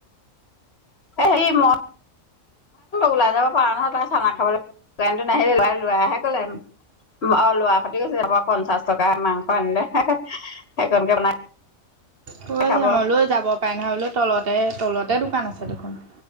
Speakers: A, on the left; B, on the right.
A: এ <unintelligible> উলাই যাব পাৰ নহয় তই চানা খাবলে। <unintelligible> নাহিলে, লোৱা <unintelligible> লোৱাহে ক'লে <unintelligible> অ লৰা সৈতে গৈছে, পঞ্চাশ টকা মাংস আনিলে, হে হে, সেইকনকে বনাই
B: কৈ আছে
A: খাব
B: <unintelligible> বোলো যাব পাৰে নহয় বোলো, তলতে তলতে দোকান।